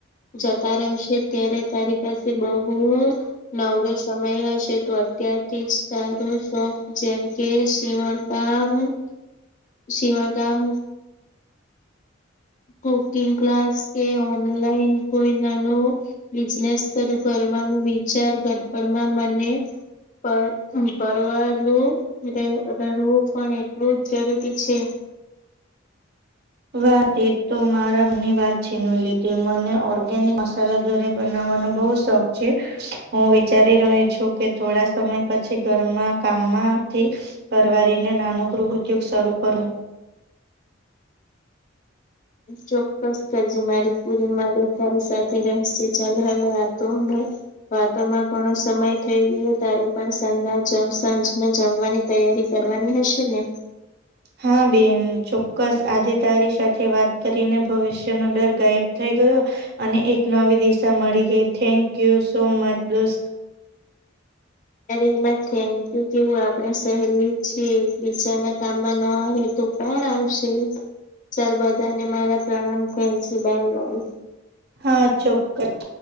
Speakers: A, on the left; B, on the right.
A: જતા રહેશે ત્યારે તારી પાસે બહુ નવરો સમય હશે તો અત્યારથી જ તારો શોખ જેમ કે સીવણ કામ સીવણ કામ કુકિંગ ક્લાસ કે ઓનલાઈન કોઈ નાનું બિઝનેસ શરૂ કરવ વિચાર ઘડપણમાં મને પર પરવલું રહેવું પણ એટલું જ જરૂરી છે.
B: વા તો મારા મનની વાત છીનવી લીધી મને ઓર્ગેનિક મસાલા ઘરે બનાવવાનો બઉ શોખ છે. હું વિચારી રહી છું કે થોડા સમય પછી ઘરમાં કામમાંથી પરવારીને નાનો ગૃહ ઉદ્યોગ શરૂ કરું.
A: ચોક્કસ કરજે મારી પુરી મ તારી સાથે રહેશે ચાલ હવે વાતો અમે વાતોમાં ઘણો સમય થઈ ગયો ત્યારે પણ સા સાંજમાં જમવાની તૈયારી કરવાની હશે ને?
B: હા બેન ચોક્કસ આજે તારી સાથે વાત કરીને ભવિષ્ય નનો ડર ગાયબ થઈ ગયો અને એક નવી દિશા મળી ગઈ થેન્ક યુ સો મચ દોસ્ત.
A: અરે એમાં થેન્ક યુ કેવું આપણે સહેલી છીએ એકબીજા ના કામમાં ન આવે તો કોણ આવશે? ચાલ બધાને મારા પ્રણામ કહેજે બાય બાય!
B: હા ચોક્કસ